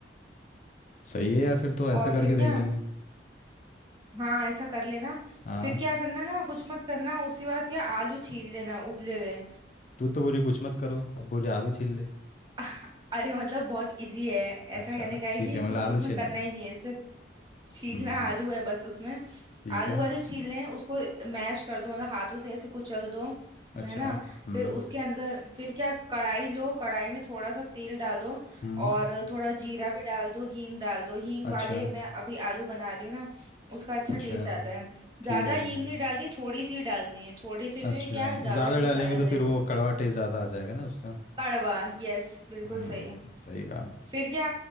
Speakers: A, on the left; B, on the right.
A: सही है यार फिर तो ऐसा
B: और
A: करके
B: फिर
A: देख
B: क्या
A: लेंगे
B: हाँ ऐसा कर लेना
A: हाँ
B: फिर क्या करना ना कुछ मत करना उसके बाद क्या आलू छील लेना उबले हुए
A: तू तो बोली कुछ मत करो अब बोली आलू छील ले
B: <laughs> अरे मतलब बहुत इजी है ऐसा
A: अच्छा
B: कहने का है
A: ठीक
B: कि
A: है
B: कुछ
A: मतलब आलू
B: उसमें
A: छीलना
B: करना
A: है
B: ही नहीं है सिर्फ छीलना
A: हम्म
B: आलू है बस उसमें
A: ठीक
B: आलू
A: है
B: वालू छील लें उसको मैश कर दो मतलब हाथों से ऐसे कुचल दो
A: अच्छा
B: है ना
A: हम्म
B: फिर उसके अंदर फिर क्या कढ़ाई लो कढ़ाई में थोड़ा सा तेल डालो
A: हम्म
B: और थोड़ा जीरा भी डाल दो हींग डाल दो हींग
A: अच्छा
B: वाले मैं अभी आलू बना रही हूँ ना उसका अच्छा
A: अच्छा
B: टेस्ट आता है ज्यादा
A: ठीक है
B: हींग
A: ठीक है
B: नहीं डालती थोड़ी सी ही डालनी है थोड़ी सी भी
A: अच्छा
B: क्या ज्यादा
A: ज़्यादा
B: टेस्ट
A: डालेंगे
B: आ जाता
A: तो
B: है
A: फिर वो कड़वा टेस्ट ज़्यादा आ जाएगा ना उसका
B: कड़वा यस बिल्कुल
A: हम्म
B: सही
A: सही कहा
B: फिर क्या